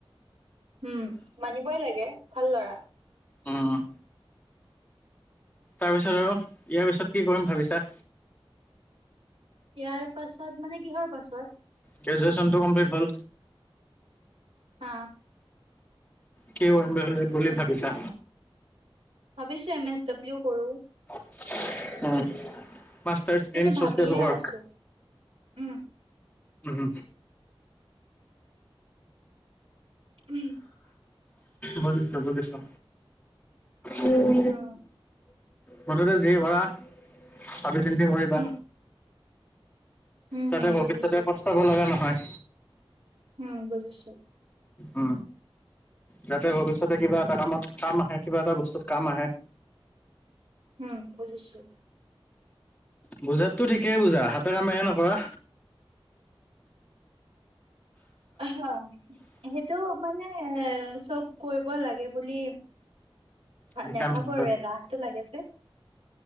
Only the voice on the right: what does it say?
উম মানিবই লাগে। ভাল লৰা।
ইয়াৰ পাছত মানে কিহৰ পাছত?
অ।
ভাবিছো এম এছ ডাব্লিউ কৰোঁ।
কিন্তু
ভাবিয়ে
আছো উম
উম।
হম
উম হম
হম
বুজিছো
উম বুজিছো।
উম বুজিছো।
হয় সেইটো মানে এ চব কৰিব লাগে বুলি
নাভাবো
আৰু এলাহটো লাগে যে।